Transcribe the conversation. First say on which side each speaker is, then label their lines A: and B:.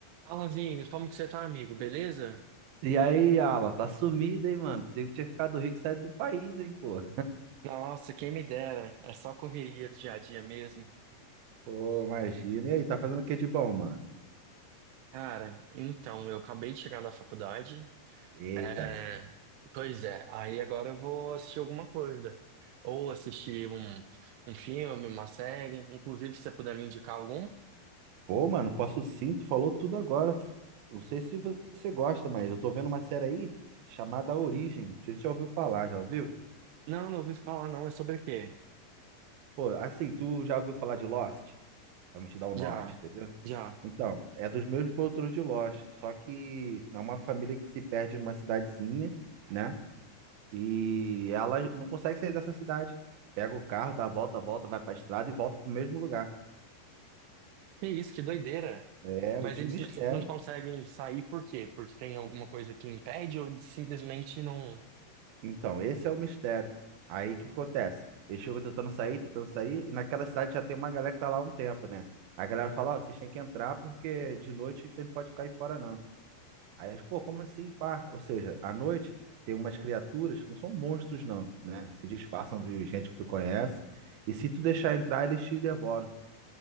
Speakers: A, on the right; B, on the right.
A: Fala, Vini, como que você tá, amigo? Beleza?
B: E aí, Alan, tá sumido, hein, mano? Pensei que tinha ficado rico e saído do país, hein, pô.
A: Nossa, quem me dera. É só correria do dia a dia mesmo.
B: Pô, imagina. E aí, tá fazendo o que de bom, mano?
A: Cara, então, eu acabei de chegar na faculdade.
B: Eita.
A: É... Pois é, aí agora eu vou assistir alguma coisa. Ou assistir um, um filme, uma série. Inclusive, se você puder me indicar algum.
B: Pô, mano, posso sim, tu falou tudo agora. Não sei se você gosta, mas eu tô vendo uma série aí chamada Origem. Não sei se você já ouviu falar, já ouviu?
A: Não, não ouvi falar, não. É sobre o quê?
B: Pô, assim, tu já ouviu falar de Lost? Pra me te dar o norte,
A: Já,
B: entendeu?
A: já.
B: Então, é dos mesmos produtores de Lost, só que é uma família que se perde numa cidadezinha, né? E ela não consegue sair dessa cidade. Pega o carro, dá a volta, volta, vai pra estrada e volta pro mesmo lugar.
A: Que isso, que doideira.
B: É
A: Mas
B: de
A: eles
B: mistério.
A: eles não conseguem sair por quê? Porque tem alguma coisa que impede ou eles simplesmente não.
B: Então, esse é o mistério. Aí o que acontece? Eles ficam tentando sair, tentando sair, e naquela cidade já tem uma galera que tá lá há um tempo, né? A galera fala, ó, vocês têm que entrar porque de noite vocês não podem ficar aí fora, não. Aí eles, pô, como assim, pá? Ou seja, à noite tem umas criaturas que não são monstros, não, né? Se disfarçam de gente que tu conhece, e se tu deixar entrar, eles te devoram.